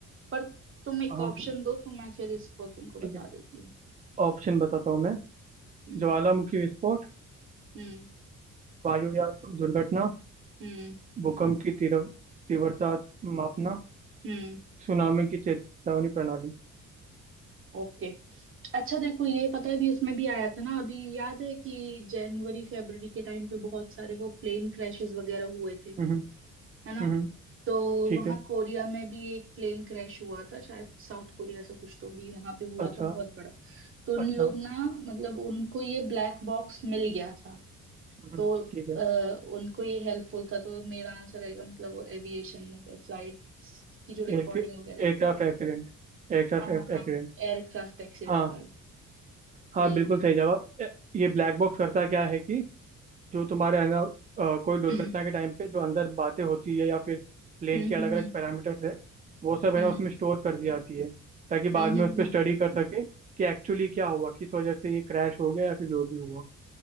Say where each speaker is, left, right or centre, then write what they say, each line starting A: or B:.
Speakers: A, on the right; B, on the right.
A: पर तुम एक
B: हाँ
A: ऑप्शन दो तो मैं फिर इसको तुमको बता
B: ठीक है
A: देती हूँ
B: ऑप्शन बताता हूँ मैं
A: हम्म
B: ज्वालामुखी विस्फोट
A: हम्म
B: वायुयान दुर्घटना
A: हम्म
B: भूकंप की तीव्र तीव्रता मापना
A: हम्म
B: सुनामी की चेतावनी प्रणाली
A: ओके अच्छा देखो ये पता है भी इसमें भी आया था ना अभी याद है कि जनवरी फरवरी के टाइम पे बहुत सारे वो प्लेन क्रैशेस वगैरह हुए थे
B: हम्म
A: है ना
B: हम्म
A: तो
B: ठीक
A: वहां
B: है
A: कोरिया में भी एक प्लेन क्रैश हुआ था शायद साउथ कोरिया से कुछ तो भी वहां पे हुआ
B: अच्छा
A: था बहुत बड़ा तो उन
B: अच्छा
A: लोग ना मतलब उनको ये ब्लैक बॉक्स मिल गया था
B: हम्म
A: तो
B: ठीक है
A: अ, उनको ये हेल्पफुल था तो मेरा आंसर रहेगा मतलब वो एविएशन में फ्लाइट्स की जो रिकॉर्डिंग
B: एयर
A: वगैरह
B: Aircraft
A: थी उसके
B: accident Aircraft
A: हाँ हाँ हाँ
B: accident
A: एयरक्राफ्ट एक्सीडेंट
B: हाँ
A: वाला
B: हाँ
A: वही
B: बिल्कुल सही जवाब ए- ये ब्लैक बॉक्स करता क्या है कि जो तुम्हारे है ना अ, कोई दुर्घटना
A: <clears throat>
B: के टाइम पे जो अंदर बातें होती है या फिर प्लेन
A: हम्म
B: के अलग
A: हम्म
B: अलग
A: हम्म
B: पैरामीटर्स है वो सब है
A: हम्म
B: ना उसमें स्टोर कर दी जाती है ताकि
A: हम्म
B: बाद में
A: हम्म।
B: उस पर
A: हम्म।
B: स्टडी कर सके कि एक्चुअली क्या हुआ किस वजह से ये क्रैश हो गया या फिर जो भी हुआ